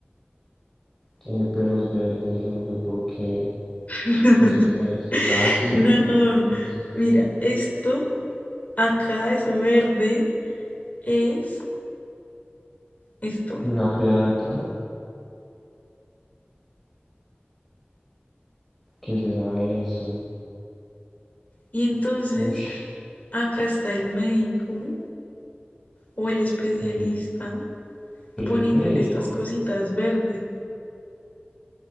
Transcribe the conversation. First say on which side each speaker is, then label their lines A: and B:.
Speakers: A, in the centre; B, on the left.
A: Tiene pelos verdes, yo no sé por qué.
B: <laughs>
A: ¿Eso qué es? ¿Es ácido?
B: no,
A: ¿Qué es eso?
B: mira, esto acá, eso verde, es esto, mira.
A: ¿Una planta? ¿Qué será eso?
B: Y entonces,
A: Uy,
B: acá está el médico o el especialista
A: el, el
B: poniéndole
A: médico.
B: estas cositas verde.